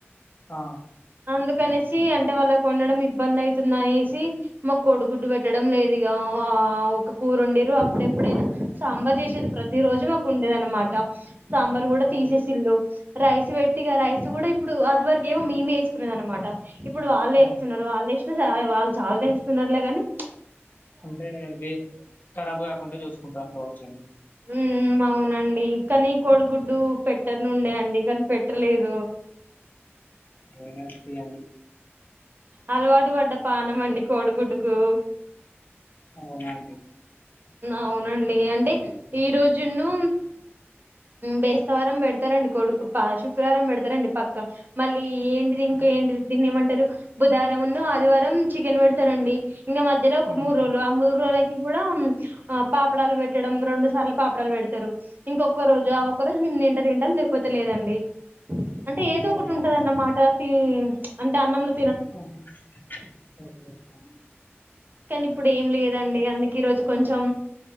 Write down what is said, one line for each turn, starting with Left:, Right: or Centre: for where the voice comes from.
Left: ఆ
Right: అందుకనేసి అంటే వాళ్ళకు వండడం ఇబ్బంది అయితుందనేసి, మాకు కొడుగుడ్డు పెట్టడం లేదు ఇగ. ఆ ఒక కూరుండిర్రు, అప్పుడెప్పుడైనా సాంబార్ చేసేది. ప్రతి రోజు మాకు ఉండేది అన్నమాట. సాంబార్ కూడా తీసేసిల్లు.
Left: ఆ!
Right: రైస్ పెట్టిగా రైస్ కూడా ఇప్పుడు, అది వరకేమో మేమే ఏస్ కునేది అన్నమాట. ఇప్పుడు వాల్లే
Left: ఆ!
Right: ఏస్తున్నరు, వాల్లేసినా వాళ్ళు చాలానేే ఏస్తున్నరులే గని
Left: అంటే వే, కరాబ్ కాకుండా చూసుకుంటార్రు కావచ్చు వాళ్ళు.
Right: ఉమ్ అవునండి కనీ, కోడిగుడ్డు పెట్టనుండే అండి కనీ, పెట్టలేదు.
Left: ఏం కాదుతీ అండి.
Right: అలవాటు పడ్డ పానం అండి, కోడిగుడ్డుకు.
Left: అవునా అండి.
Right: అవునండి అంటే ఈ రోజున్ను బేస్తవారం పెడతారండి కొడు శుక్రవారం పెడతారండి పక్కా మళ్ళీ ఎంటిదింకా
Left: ఆ!
Right: ఏంటిది దీన్ని ఏమ బుధరం ఉన్ను ఆదివారం చికెన్ వేడుతరండి ఇంగా మధ్యలో ఒక
Left: హ్మ్.
Right: మూడు రోజులు ఆ మూడు రోజులకి కూడా ఆ పాపడాలు వేట్టడం రెండు సార్లు పాపడాలు వేడ్ తరు ఇంకొక్క రోజు ఆ ఒక్క రోజు మేము తింటే తింటాం లేకపోతే లేదండి అంటే ఏదో
Left: అవునా
Right: ఒకటి ఉంటదన్నమాట
Left: అండి.
Right: తి అం త అన్నం లో
Left: ఆ హ, ఓకే ఓకె అండి.
Right: కనీ ఇప్పుడు ఏం లేదండి. అందుకే ఈరోజు కొంచెం